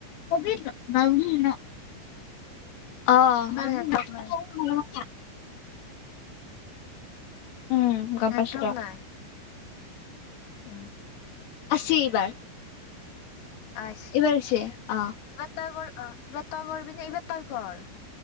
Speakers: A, on the left; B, on the left.
A: <unintelligible> অ! <unintelligible>
B: আৰু নেটৱৰ্ক নাই
A: উম, গম
B: নেটৱৰ্ক
A: পাইছো ৰ
B: নাই। উম!
A: আহিছে এইবাৰ।
B: আছে
A: এইবাৰ আহিছে অঁ।
B: এইবাৰ তই কৰ অ এইবাৰ তই কৰবি নে এইবাৰ তই কৰ।